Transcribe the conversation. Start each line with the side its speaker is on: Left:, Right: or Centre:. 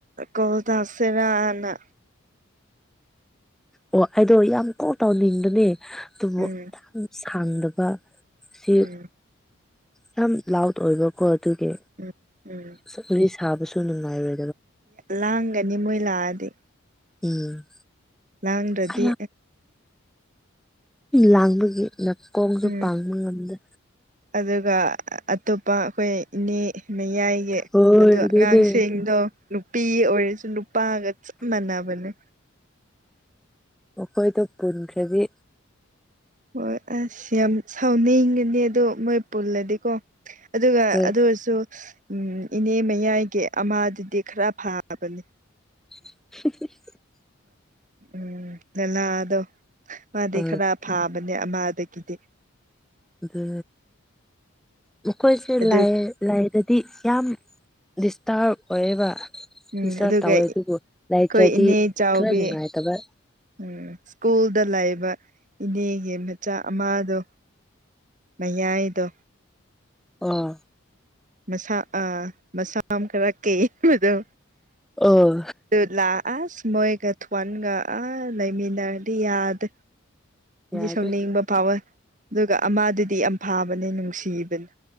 Right: ꯀꯣꯗ ꯑꯁꯦꯅꯅ
Centre: ꯑꯣ ꯑꯩꯗꯣ ꯌꯥꯝ ꯀꯥꯎ ꯇꯥꯎꯅꯤꯡꯕꯅꯦ ꯑꯗꯨꯕꯨ
Right: ꯎꯝ
Centre: ꯌꯥꯝ ꯁꯥꯡꯗꯕ ꯁꯤ
Right: ꯎꯝ
Centre: ꯌꯥꯝ ꯂꯥꯎꯠ ꯑꯣꯏꯕꯀꯣ ꯑꯗꯨꯒꯤ
Right: ꯎꯝ ꯎꯝ
Centre: ꯆ ꯋꯥꯔꯤ ꯁꯥꯕꯁꯨ ꯅꯨꯡꯉꯥꯏꯔꯦ
Right: ꯂꯥꯡꯒꯅꯤ ꯃꯣꯏ ꯂꯥꯛꯑꯗꯤ
Centre: ꯎꯝ
Right: ꯂꯥꯡ꯭ꯔꯗꯤ
Centre: ꯑꯩ ꯌꯥꯝ ꯂꯥꯡꯕꯒꯤ ꯅꯥꯀꯣꯡꯁꯨ
Right: ꯎꯝ
Centre: ꯄꯥꯡꯕ ꯉꯝꯗ
Right: ꯑꯗꯨꯒ ꯑꯇꯣꯞꯄ ꯑꯩꯈꯣꯏꯅꯤ ꯃꯌꯥꯏꯒꯤ
Centre: ꯍꯣꯏ
Right: ꯑꯗꯣ
Centre: ꯑꯗꯨꯅꯦ
Right: ꯑꯉꯥꯡꯁꯤꯡꯗꯣ ꯅꯨꯄꯤ ꯑꯣꯏꯔꯁꯨ ꯅꯨꯄꯥꯒ ꯆꯞ ꯃꯥꯟꯅꯕ ꯃꯦ
Centre: ꯑꯩꯈꯣꯏꯗ ꯄꯨꯟꯈꯗꯤ
Right: ꯍꯣꯏ ꯑꯁ ꯌꯥꯝ ꯁꯥꯎꯅꯩꯒꯅꯤ ꯑꯗꯣ ꯃꯣꯏ ꯄꯨꯜꯂꯗꯤꯀꯣ ꯑꯗꯨꯒ
Centre: ꯍꯣꯏ
Right: ꯑꯗꯨ ꯑꯣꯏꯔꯁꯨ ꯎꯝ ꯏꯅꯦ ꯃꯌꯥꯏꯒꯤ ꯑꯃꯥꯗꯨꯗꯤ ꯈꯔ ꯐꯥꯕꯅꯤ
Centre: <inaudible>
Right: ꯎꯝ ꯅꯦꯂꯥꯗꯣ ꯃꯥꯗꯤ
Centre: ꯑ
Right: ꯈꯔ ꯐꯥꯕ ꯃꯅꯦ ꯑꯃꯗ ꯀꯗꯤ
Centre: ꯑꯗꯨ ꯃꯈꯣꯏꯁꯦ
Right: ꯑꯗꯨ
Centre: ꯂꯥꯏ ꯂꯥꯏꯗꯗꯤ ꯌꯥꯝ ꯗꯤꯁꯇꯔꯕ ꯑꯣꯏꯔꯤꯕ
Right: ꯎꯝ
Centre: ꯇꯔ
Right: ꯑꯗꯨꯒ
Centre: ꯇꯧꯋꯦ ꯑꯗꯨꯕꯨ ꯂꯩꯇ꯭ꯔꯗꯤ
Right: ꯑꯩꯈꯣꯏ ꯏꯅꯦ ꯆꯥꯎꯕꯤ
Centre: ꯈꯔ ꯅꯨꯡꯉꯥꯏꯇꯕ
Right: ꯎꯝ ꯁ꯭ꯀꯨꯜꯗ ꯂꯩꯥꯛꯕ ꯏꯅꯦꯒꯤ ꯃꯆꯥ ꯑꯃꯗꯣ ꯅꯌꯥꯏꯗ
Centre: ꯑꯣ
Right: ꯃꯁꯥ ꯑꯥ ꯃꯁꯥ ꯑꯃ ꯈꯔ ꯀꯩꯕꯗꯣ
Centre: ꯑꯣ
Right: ꯑꯗꯨ ꯂꯥꯛ ꯑꯁ ꯃꯣꯏꯒꯊꯋꯥꯟꯒ ꯑ ꯂꯩꯃꯤꯟꯅꯔꯗꯤꯌꯥꯗ
Centre: ꯌꯥꯗꯦ
Right: ꯁꯅꯕ ꯄꯋꯥ ꯑꯗꯨꯒ ꯑꯃꯗꯨꯗꯤ ꯌꯥꯝ ꯐꯥꯕꯅꯦ ꯅꯨꯡꯁꯤꯕꯅꯤ